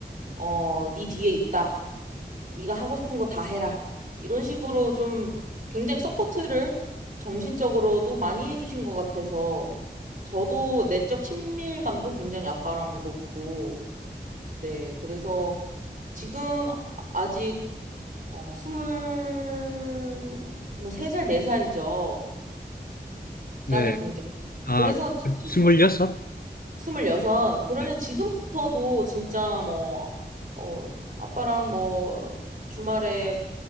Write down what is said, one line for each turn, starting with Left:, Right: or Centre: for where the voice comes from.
Right: 어 네 뒤에 있다 네가 하고 싶은 거 다 해라. 이런 식으로 좀 굉장히 서포트를 정신적으로도 많이 해주신 것 같아서 저도 내적 친밀감도 굉장히 아빠랑 높고, 네. 그래서 지금 아직 어, 스물, 뭐, 세 살, 네 살이죠.
Left: 네.
Right: 따님분께서.
Left: 아,
Right: 그래서 지금,
Left: 26?
Right: 26. 그러면
Left: 네.
Right: 지금부터도 진짜 뭐, 어, 아빠랑 뭐, 주말에